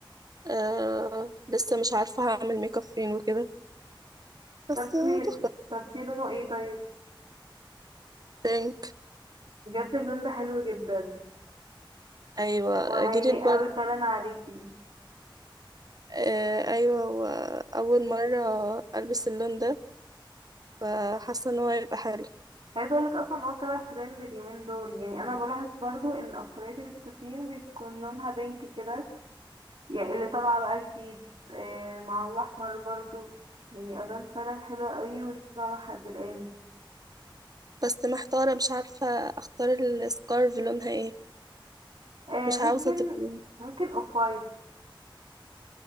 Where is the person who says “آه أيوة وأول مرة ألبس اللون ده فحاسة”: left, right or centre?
Right